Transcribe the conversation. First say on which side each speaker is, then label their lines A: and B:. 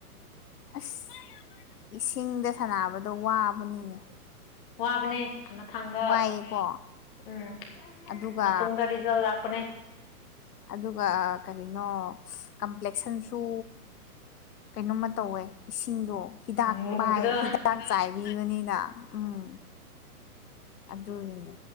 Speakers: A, on the left (about 80°); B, on the left (about 35°).
A: ꯑꯁ ꯏꯁꯤꯡꯗ ꯁꯥꯟꯅꯕꯗꯣ ꯋꯥꯕꯅꯤꯅꯦ
B: ꯋꯥꯕꯅꯦ ꯃꯊꯥꯡꯗ
A: ꯋꯥꯏꯑꯦꯀꯣ
B: ꯎꯝ
A: ꯑꯗꯨꯒ
B: ꯃꯇꯨꯡꯗ ꯔꯤꯖꯜ ꯂꯥꯛꯄꯅꯦ
A: ꯑꯗꯨꯒ ꯀꯔꯤꯅꯣ ꯀꯝꯄ꯭ꯂꯦꯛꯁꯟꯁꯨ ꯀꯩꯅꯣꯝꯃ ꯇꯧꯋꯦ ꯏꯁꯤꯡꯗꯣ ꯍꯤꯗꯥꯛ
B: ꯃꯨꯕꯗꯣ
A: ꯄꯥꯏ ꯍꯤꯗꯥꯛ ꯆꯥꯏꯕꯤꯕꯅꯤꯅ ꯎꯝ ꯑꯗꯨꯗꯣ